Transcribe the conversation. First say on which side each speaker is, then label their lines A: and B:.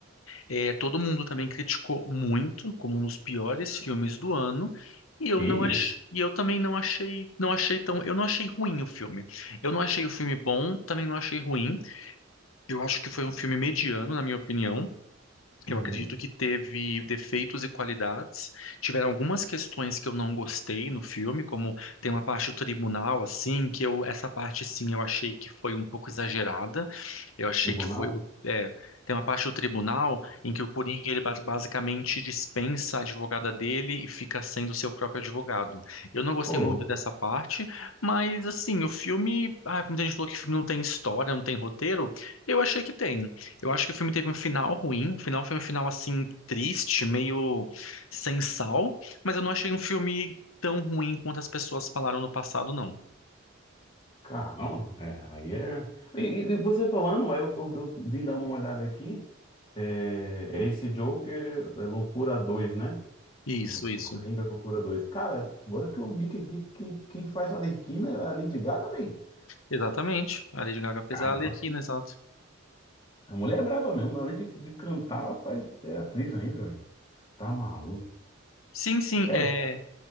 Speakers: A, on the left; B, on the left.
A: é, todo mundo também criticou muito, como um dos piores filmes do ano. E eu
B: Que isso?
A: não ach... e eu também não achei, não achei tão, eu não achei ruim o filme. Eu não achei o filme bom, também não achei ruim. Eu acho que foi um filme mediano, na minha opinião.
B: Uhum.
A: Eu acredito que teve defeitos e qualidades. Tiveram algumas questões que eu não gostei no filme, como tem uma parte do tribunal, assim, que eu, essa parte, sim, eu achei que foi um pouco exagerada. Eu achei
B: Tribunal?
A: que foi, o- é, tem uma parte do tribunal em que o Coringa, ele ba- basicamente dispensa a advogada dele e fica sendo seu próprio advogado. Eu não gostei
B: Ô, louco.
A: muito dessa parte, mas, assim, o filme, ah, muita gente falou que o filme não tem história, não tem roteiro. Eu achei que tem. Eu acho que o filme teve um final ruim. O final foi um final assim triste, meio sem sal, mas eu não achei um filme tão ruim quanto as pessoas falaram no passado, não.
B: Caramba, é, aí é. E, e- e você falando, aí eu, eu- eu vim dar uma olhada aqui. É, é esse Joker, é Loucura 2, né?
A: Isso,
B: Lu-
A: isso.
B: Coringa Loucura 2. Cara, agora que eu vi que, que, que- quem faz a Arlequina é a Lady Gaga, velho.
A: Exatamente. A Lady Gaga fez
B: Caraca,
A: a Arlequina, exato.
B: a mulher é brava mesmo, além de, de cantar, ela faz, é atriz ainda, velho. Tá maluco.
A: Sim, sim,
B: É,
A: é,
B: cara.